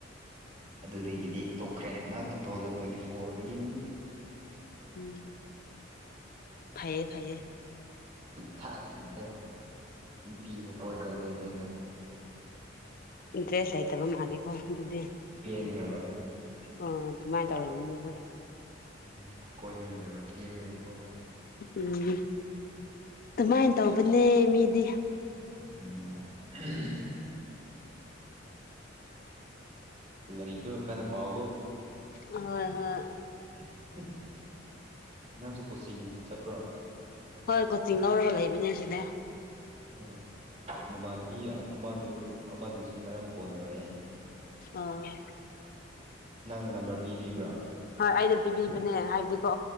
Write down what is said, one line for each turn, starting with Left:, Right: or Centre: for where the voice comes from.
Right: ꯑꯗꯨꯗꯒꯤꯗꯤ ꯇꯣꯛꯈ꯭ꯔꯦ ꯅꯍꯥꯟ ꯇꯨ ꯊꯥꯎꯖꯟ ꯇꯣꯏꯟꯇꯤ ꯐꯣꯔꯗꯒꯤꯅꯤ
Left: ꯎꯝ ꯐꯩꯌꯦ ꯐꯩꯌꯦ
Right: ꯏꯊꯟꯗ ꯅꯨꯄꯤ ꯑꯝꯐꯥꯎ ꯀꯣꯏꯗ ꯂꯩꯔꯦ ꯍꯟꯗꯛꯇꯤ
Left: ꯏꯟꯇ꯭ꯔꯦꯁ ꯂꯩꯇꯕ ꯃꯥꯜꯂꯦꯀꯣ ꯑꯗꯨꯗꯤ
Right: ꯄꯦꯟꯒ꯭ꯔꯕ
Left: ꯎꯝ ꯑꯗꯨꯃꯥꯏ ꯇꯧꯔꯝꯅꯤꯕ
Right: ꯎꯝ ꯀꯣꯏꯅꯤꯡꯗꯕ <unintelligible>
Left: ꯎꯝ ꯑꯗꯨꯃꯥꯏ ꯇꯧꯕꯅꯦ ꯃꯤꯗꯤ
Right: ꯎꯝ <unintelligible> ꯂꯥꯏꯔꯤꯛꯇꯣ ꯀꯟꯅ ꯄꯥꯎꯒꯣ
Left: ꯍꯣꯏ ꯍꯣꯏ
Right: <unintelligible> ꯅꯪꯁꯨ ꯀꯣꯆꯤꯡ ꯆꯠꯄ꯭ꯔꯣ
Left: ꯍꯣꯏ ꯀꯣꯆꯤꯡ ꯂꯧꯔꯒ ꯂꯩꯕꯅꯦ ꯍꯧꯖꯤꯛꯅ
Right: ꯑꯣ ꯅꯃꯥꯟꯅꯕꯤ ꯑꯃꯗꯨ ꯑꯃꯗꯨꯁꯨ ꯉꯔꯥꯡ ꯐꯣꯟ ꯇꯧꯔꯛꯑꯦ
Left: ꯑꯥ
Right: ꯅꯪꯅ ꯅꯝꯕꯔ ꯄꯤꯕꯤꯕ꯭ꯔꯥ
Left: ꯍꯣꯏ ꯑꯩꯅ ꯄꯤꯕꯤꯕꯅꯦ ꯍꯥꯏꯕꯗꯤꯀꯣ